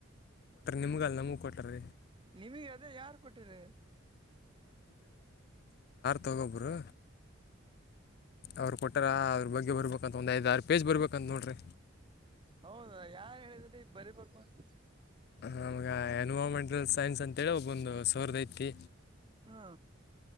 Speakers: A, on the left; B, on the right.
A: ನಿಮಗ್ ಅಲ್ಲ ನಮಗ್ ಕೊಟ್ಟಾರ್.
B: ನಿಮಗ ಅದೇ ಯಾರ್ ಕೊಟ್ಟರ್.
A: ತಗೊಬರು ಅವ್ರು ಕೊಟ್ಟಾರ ಅವ್ರ ಬಗ್ಗೆ ಬರೀಬೇಕ. ಒಂದ್, ಐದ್, ಆರ್ ಪೇಜ್ ಬರೀಬೇಕಂತ ನೋಡ್ರಿ.
B: ಹೌದ ಯಾರ್ ಹೇಳಿದ್ರಿ ಬರಿಬೇಕು ಅಂತ.
A: ನಮ್ಗ ಎನ್ವಾರಮೆಂಟಲ್ ಸೈನ್ಸ್ ಅಂತ ಹೇಳಿ ಒಬ್ಬಂದ್ ಸರ್ದ ಐತಿ.
B: ಆ